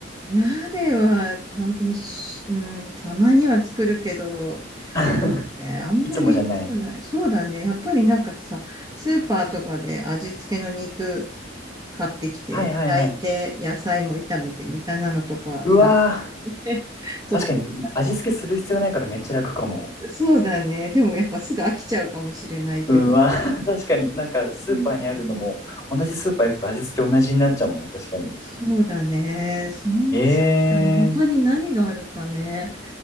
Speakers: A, on the right (about 20°); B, on the left (about 15°).
A: 鍋はた、一しうん、たまには作るけど、
B: <laughs>
A: そうね、あんまり作らない。
B: いつもじゃない。
A: そうだね。やっぱりなんかさ、スーパーとかで味付けの肉買ってきて、
B: はいはいはい。
A: 焼いて、野菜も炒めてみたいなのとか楽
B: うわー。
A: で取
B: 確かに味付けする必要ないからめっちゃ楽かも。
A: <laughs> って。そうだね。でもやっぱすぐ飽きちゃうかもしれないけど。
B: うん、わ、<laughs> 確かになんかスーパーにあるのも同じスーパー行くと味付け同じになっちゃうもんね、
A: そうだね。
B: 確かに。
A: そうだね。そん、
B: えー、
A: そうだね。他に何があるかね。